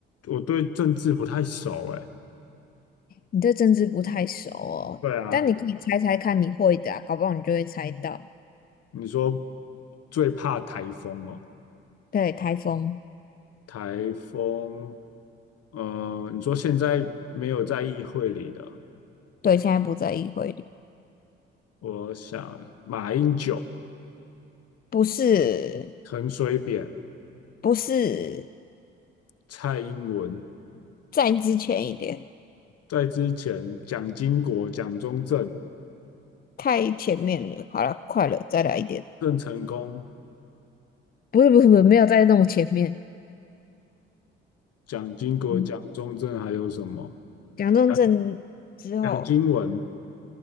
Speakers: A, on the left; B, on the left.
A: 我对政治不太熟哎，
B: 你对政治不太熟哦，
A: 对啊，
B: 但你可以猜猜看，你会的啊搞不好你就会猜到。
A: 你说最怕台风哦，
B: 对，台风，
A: 台风，呃，你说现在没有在议会里的，
B: 对，现在不在议会里。
A: 我想马英九、
B: 不是，
A: 陈水扁、
B: 不是
A: 蔡英文
B: 再之前一点，
A: 在之前，蒋经国、蒋中正、
B: 太前面了。好了，快了，再来一点。
A: 郑成功、
B: 不是不是不是，没有在那么前面，
A: 蒋经国、
B: 嗯，
A: 蒋中正，还有什么？
B: 蒋中正之后，
A: 蒋蒋经文、